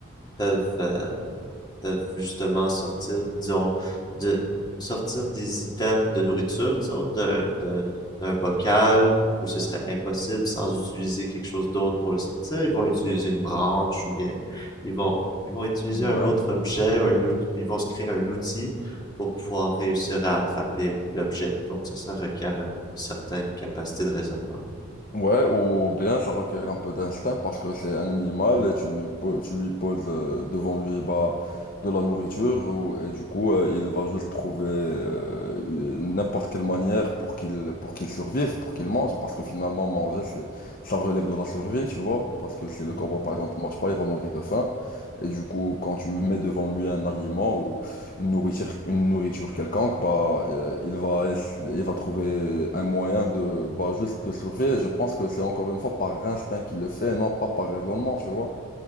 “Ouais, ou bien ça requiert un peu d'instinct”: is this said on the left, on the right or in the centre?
Left